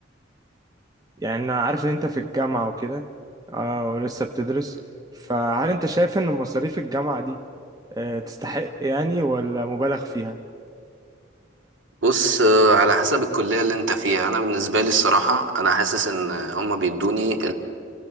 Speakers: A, on the right; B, on the right.
A: يعني انا عارف ان انت في الجامعة وكده اه ولسه بتدرس فهل انت شايف ان مصاريف الجامعة دي آه، تستحق يعني ولا مبالغ فيها
B: بص آه، على حسب الكلية اللي انت فيها انا بالنسبة لي الصراحة انا حاسس ان هما بيدوني